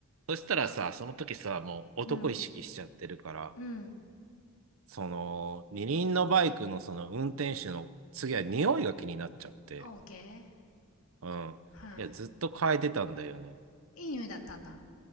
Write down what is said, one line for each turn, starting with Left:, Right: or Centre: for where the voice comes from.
Right: そしたらさ、その時さ、もう男意識しちゃってるから、
Left: うん。うん。
Right: その、二輪のバイクのその運転手の次は匂いが気になっちゃって、
Left: オーケー。
Right: うん。
Left: は
Right: いや、ずっと嗅いでたんだよね。
Left: い。いい匂いだったんだ。